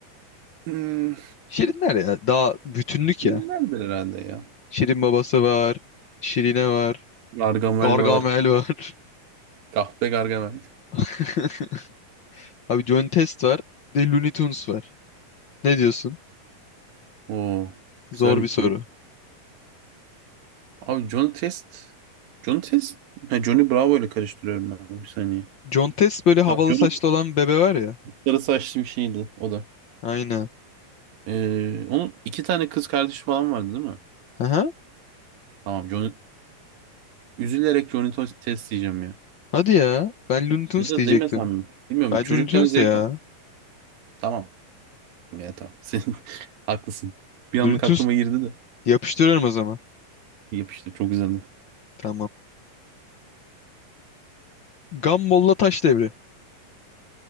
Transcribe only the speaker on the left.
Şirinler ya. Daha bütünlük
ya.
Şirin babası var. Şirine var.
Gargamel
var.
<laughs> Abi John Test var. Bir de Looney Tunes var. Ne diyorsun?
Zor
bir soru.
John Test böyle havalı
saçlı olan bebe var ya.
Aynen.
Aha.
Hadi ya. Ben Looney Tunes
diyecektim.
Bence
Looney Tunes
de ya.
Looney Tunes
yapıştırıyorum o zaman.
Tamam. Gumball'la taş devri.